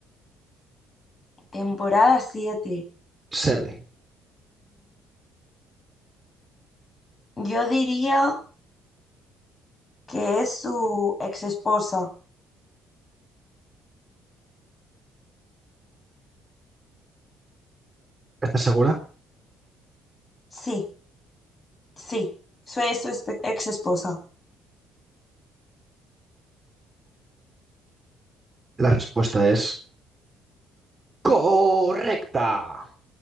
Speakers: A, on the left; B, on the right.
A: temporada 7.
B: Se ve.
A: yo diría que es su ex esposa.
B: ¿Estás segura?
A: Sí. Sí, soy su espe- ex esposa.
B: La respuesta es correcta.